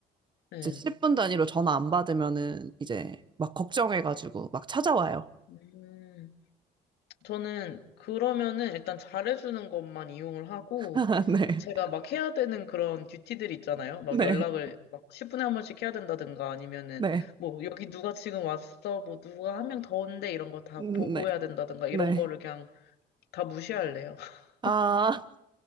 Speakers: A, on the left (about 75°); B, on the right (about 25°).
A: 네.
B: 이제 10분 단위로 전화 안 받으면은 이제 막 걱정해가지고 막 찾아와요.
A: 음. 저는 그러면은 일단 잘해주는 것만 이용을 하고,
B: <laughs> 네,
A: 제가 막 해야 되는 그런 듀티들 있잖아요. 막
B: 네,
A: 연락을 막 10분에 한 번씩 해야 된다든가 아니면은
B: 네,
A: 뭐 여기 누가 지금 왔어, 뭐 누가 한 명 더 온대 이런 거 다
B: 음,
A: 보고해야
B: 네,
A: 된다든가 이런
B: 네.
A: 거를 그냥 다 무시할래요. <laughs>
B: 아,